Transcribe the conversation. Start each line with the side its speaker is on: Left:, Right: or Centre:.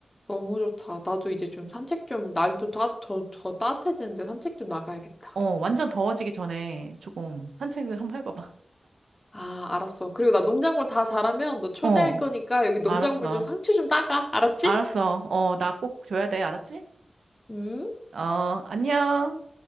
Left: 너무 좋다. 나도 이제 좀 산책 좀, 날도 다, 더, 더 따뜻해지는데 산책 좀 나가야겠다.
Right: 어, 완전 더워지기 전에 조금 산책을 한번 해봐봐.
Left: 아, 알았어. 그리고 나 농작물 다 자라면 너 초대할
Right: 어,
Left: 거니까 여기 농작물
Right: 알았어.
Left: 좀 상추 좀 따가. 알았지?
Right: 알았어. 어, 나 꼭 줘야 돼. 알았지?
Left: 음.
Right: 어, 안녕.